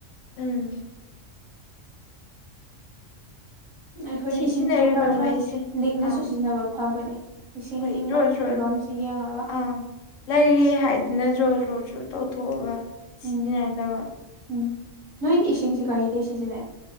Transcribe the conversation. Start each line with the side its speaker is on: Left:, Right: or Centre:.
Left: ꯎꯝ
Right: ꯑꯩꯈꯣꯏꯅ
Left: ꯁꯤꯖꯤꯟꯅꯔꯤꯕ
Right: ꯏꯁꯤꯡꯁꯨ ꯈꯔ ꯈꯔ
Left: ꯃꯩꯁꯦ
Right: ꯂꯤꯛꯅꯁꯨ
Left: ꯑꯥ
Right: ꯁꯤꯖꯤꯟꯅꯕ ꯐꯕꯅꯦ ꯏꯁꯤꯡꯒꯤ
Left: ꯍꯣꯏ ꯗ꯭ꯔꯣꯖꯣ
Right: ꯐꯤꯕꯝꯁꯤ ꯌꯦꯡꯉꯒ
Left: ꯑꯥ ꯂꯩꯌꯦꯦ ꯍꯥꯏꯗꯨꯅꯣꯣꯣ ꯇꯧꯊꯣꯛꯑꯒ ꯁꯤꯖꯤꯟꯅꯗꯕ
Right: ꯎꯝ ꯎꯝ ꯅꯣꯏꯗꯤ ꯏꯁꯤꯡꯁꯤ ꯀꯔꯤꯗꯒꯤ ꯁꯤꯖꯤꯟꯅꯩ